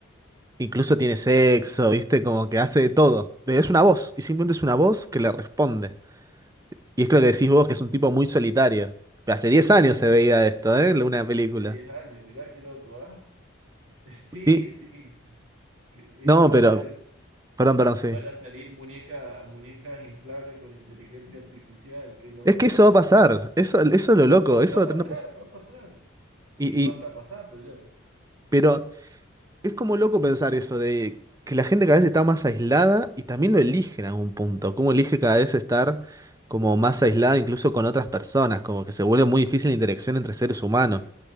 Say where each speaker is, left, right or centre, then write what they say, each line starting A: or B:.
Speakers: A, on the right; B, on the right.
A: Incluso tiene sexo, viste, como que hace de todo. Pero Es una voz, y simplemente es una voz que le responde. Y es que lo que decís vos, que es un tipo muy solitario. Pero hace 10 años se veía esto, ¿eh? Una película.
B: de 10 años, mirá qué loco, ¿ah? <laughs> Sí,
A: Sí,
B: sí. que
A: No,
B: es como
A: pero,
B: tener,
A: perdón, perdón, sí.
B: van a salir muñeca, muñecas inflables con inteligencia artificial, qué loco,
A: Es que eso
B: ah.
A: va a pasar, eso, eso es lo loco,
B: Va,
A: eso
B: va
A: va
B: a
A: a tener-
B: pasar, va a pasar. Sí,
A: Y,
B: no
A: y,
B: está pasando ya.
A: pero es como loco pensar eso, de que la gente cada vez está más aislada y también lo elige en algún punto, como elige cada vez estar como más aislada incluso con otras personas, como que se vuelve muy difícil la interacción entre seres humanos.
B: Y,